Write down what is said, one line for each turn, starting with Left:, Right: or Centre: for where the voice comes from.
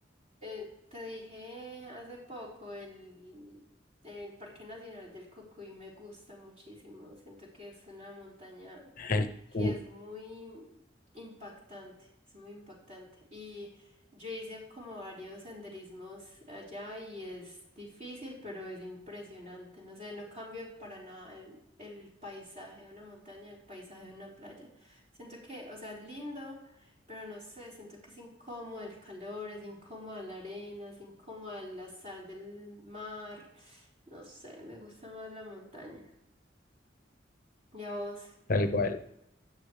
Right: eh, te dije hace poco, el, el Parque Nacional del Cocuy me gusta muchísimo. Siento que es una montaña
Left: El
Right: que
Left: cu-
Right: es muy impactante, es muy impactante. Y yo hice como varios senderismos allá y es difícil, pero es impresionante. No sé, no cambia para nada el, el paisaje de una montaña, el paisaje de una playa. Siento que, o sea, es lindo, pero no sé, siento que es incómodo el calor, es incómoda la arena, es incómoda la sal del mar. No sé, me gusta más la montaña. ¿Y a vos?
Left: Tal cual.